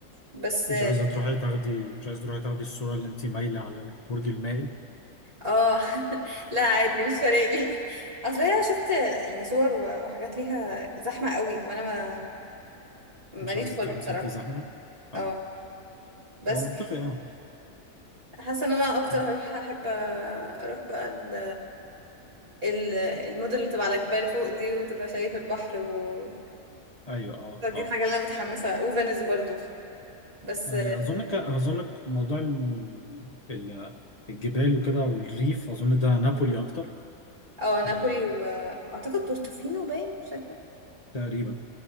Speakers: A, on the right; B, on the left.
A: بس
B: مش عايزة تروحي تاخدي مش عايزة تروحي تاخدي الصورة اللي انت مايلة على البرج المائل
A: اه <laughs> لا عادي مش فارق لي <laughs> اصل انا شفت يعني صور و- وحاجات ليها زحمه قوي وانا ما ماليش
B: مش عايزة
A: خلق
B: تروحي
A: بصراحه
B: مكان فيه زحمة اه
A: اه بس
B: هو منطقي اه
A: حاسه ان انا اكتر
B: ب-
A: هروح احب اروح بقى ال... ال- المدن اللي تبقى على جبال فوق دي وتبقى شايف البحر و...
B: ايوه اه
A: فدي
B: اه
A: الحاجه اللي انا متحمسه وفينيس برضو بس
B: آه، اظنك اظنك موضوع ال- ال- الجبال وكده والريف اظن ده نابولي اكتر
A: اه نابولي
B: آه
A: و... واعتقد بورتوفينو باين مش فاكره
B: تقريبا